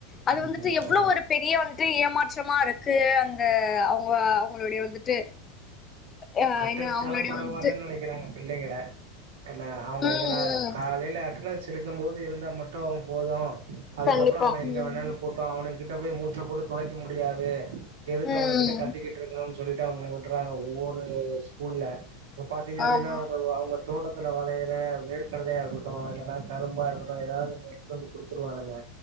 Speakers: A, on the left (about 20°); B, on the right (about 85°).
A: அது
B: ம்
A: வந்துட்டு எவ்வளவு
B: ஆமா
A: ஒரு பெரிய வந்துட்டு ஏமாற்றமா இருக்கு க்கு அந்த அவங்க அவங்களுடைய வந்துட்டு அஹ்
B: கட்டடிச்சாலும்
A: என்ன அவங்களுடைய
B: பரவாயில்லன்னு
A: வந்துட்டு
B: நினைக்கிறாங்க பிள்ளைங்கள இல்ல அவங்க
A: ம் ம்
B: எங்கன்னா காலையில அட்டனன்ஸ் போட் சிலிக்கும்போது இருந்தால் மட்டும் போதும் அதுக்கப்பறம்
A: கண்டிப்பா
B: அவன் எங்க
A: ம்
B: வேனால போவ்ட்டும் அவனு கிட்ட போய் மூச்சை போட்டு துலைக்க முடியாது எதுக்கு
A: ம்
B: அவன கிட்ட கத்தக்கிட்டு இருக்கணும்னு சொல்லிட்டு அவங்க விட்டுறாங்க ஒவ்வொரு ஸ்கூல்லல இப்ப பாத்தீங்க அப்படின்னா
A: ஆமா
B: அவங்க தோட்ட இத்துல வளையற வேர்க்கடலையாக்கட்டும் என்னலைன்னா கரும்பா இருக்கட்டும் ஏதாவது ஒ எடுத்துட்டு வந்து கொடுத்துருவானுங்க